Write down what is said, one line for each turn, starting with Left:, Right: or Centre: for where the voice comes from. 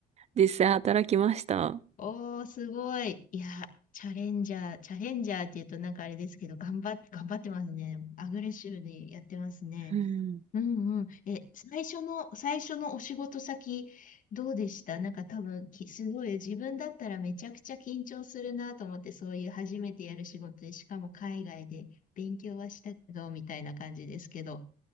Right: 実際働きました。
Left: おー、すごい。いや、チャレンジャー、チャレンジャーって言うとなんかあれですけど、頑張っ、頑張ってますね。アグレッシブにやってますね。
Right: うん。
Left: うんうん。え、最初の、最初のお仕事先、どうでしたなんか多分き、すごい、自分だったらめちゃくちゃ緊張するなと思って、そういう初めてやる仕事で、しかも海外で勉強はしたけど、みたいな感じですけど。